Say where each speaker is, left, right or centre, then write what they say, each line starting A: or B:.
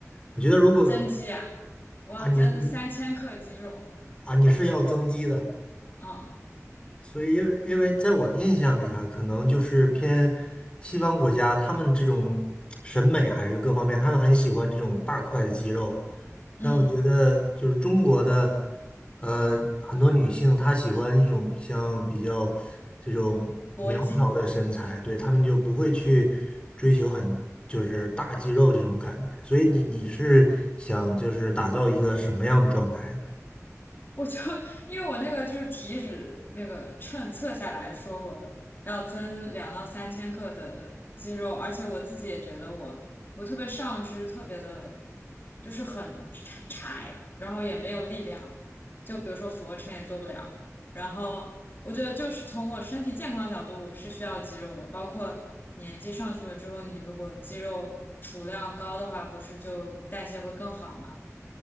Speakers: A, on the left; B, on the left.
A: 我觉得如果
B: 增肌啊，我要增三千克肌肉，
A: 啊，你是你啊，你是要增肌的
B: 啊，
A: 所以，因为因为在我的印象里啊，可能就是偏西方国家，他们这种审美还是各方面，他们很喜欢这种大块的肌肉。
B: 嗯，
A: 但我觉得，就是中国的，呃，很多女性她喜欢一种像比较这种苗条的身材，
B: 搏击。
A: 对，她们就不会去追求很就是大肌肉这种感觉。所以你你是想就是打造一个什么样的状态呢？
B: 我就因为我那个就是体脂那个秤测下来说我要增两到三千克的肌肉，而且我自己也觉得我我特别上肢特别的，就是很柴，柴然后也没有力量，就比如说俯卧撑也做不了。然后我觉得就是从我身体健康角度，我是需要肌肉的，包括年纪上去了之后，你如果肌肉储量高的话，不是就代谢会更好嘛？